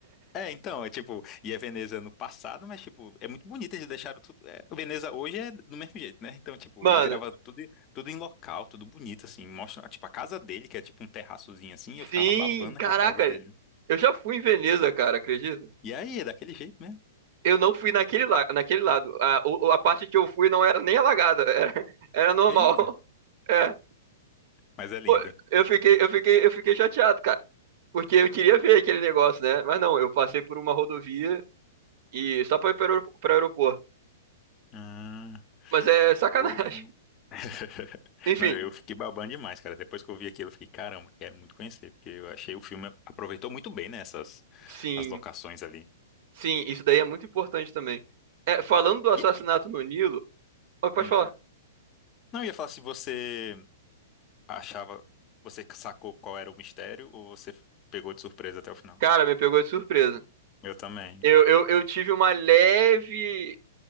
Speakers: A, on the left (about 25°); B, on the right (about 45°).
A: É, então, é tipo, e a Veneza no passado, mas tipo, é muito bonito, eles deixaram tudo. É, a Veneza hoje é do mesmo jeito, né? Então, tipo,
B: Mano,
A: eles gravam tudo, em- tudo em local, tudo bonito, assim. Mostra, tipo, a casa dele, que é tipo um terraçozinho assim, eu ficava
B: sim,
A: babando naquela
B: caraca.
A: casa dele.
B: Eu já fui em Veneza, cara, acredita?
A: E aí, é daquele jeito mesmo.
B: eu não fui naquele, la naquele lado. A, o- a parte que eu fui não era nem alagada, <laughs> era, era normal.
A: Eita,
B: É.
A: mas é linda.
B: Pô, eu fiquei, eu fiquei, eu fiquei chateado, cara. Porque eu queria ver aquele negócio, né? Mas não, eu passei por uma rodovia e só pra ir para o aeroporto.
A: Ah,
B: Mas é sacanagem.
A: pô.
B: <laughs>
A: <laughs>
B: Enfim,
A: Não, eu fiquei babando demais, cara. Depois que eu vi aquilo, eu fiquei, caramba, quero muito conhecer, porque eu achei o filme aproveitou muito bem, né, essas
B: sim,
A: as locações ali.
B: sim, isso daí é muito importante também. É, falando do assassinato
A: E-
B: no Nilo, ó, pode
A: hum.
B: falar.
A: Não, eu ia falar se você achava, você sacou qual era o mistério ou você pegou de surpresa até o final.
B: Cara, me pegou de surpresa.
A: Eu também.
B: Eu, eu, eu tive uma leve,